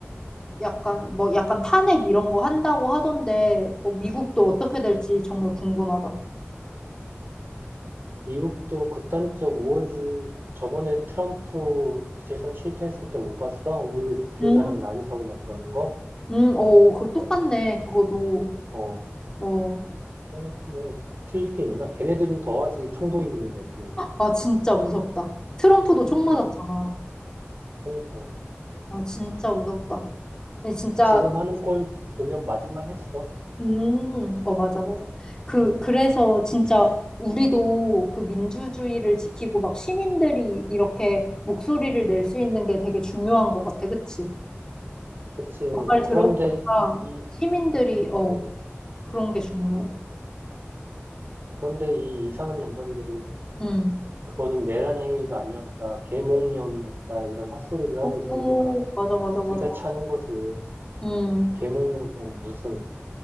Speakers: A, on the left (about 15°); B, on the right (about 55°).
A: 약간, 뭐, 약간 탄핵 이런 거 한다고 하던데, 어, 미국도 어떻게 될지 정말 궁금하다.
B: 미국도 극단적 우월주의 저번에 트럼프 재선 실패했을 때 못 봤어? 의회 국회의사당
A: 음,
B: 난입하고 막 그러는 거?
A: 음, 오, 그 똑같네, 그거도.
B: 어.
A: 어,
B: 그러니까 뭐 틀릴 게 있나? 걔네들은 더하지. 총도 있는데 걔네들은.
A: 아, 진짜 무섭다. 트럼프도 총 맞았잖아.
B: 음. 그러니까
A: 아, 진짜 무섭다. 근데 진짜
B: 지금 하는 꼴 보면 맞을만 했어.
A: 음, 어, 맞아, 맞아. 그, 그래서 진짜 우리도 그 민주주의를 지키고 막 시민들이 이렇게 목소리를 낼 수 있는 게 되게 중요한 것 같아. 그치?
B: 그치.
A: 말 들어보니까
B: 그런데 이
A: 시민들이, 어,
B: 음.
A: 그런 게 중요해.
B: 그런데 이 이상한 양반들이
A: 음.
B: 그거는 내란 행위가 아니었다. 계몽령이었다. 이런 헛소리를 하고 있으니까
A: 오, 맞아, 맞아, 맞아.
B: 기가 차는 거지.
A: 음,
B: 계몽룡은 무슨,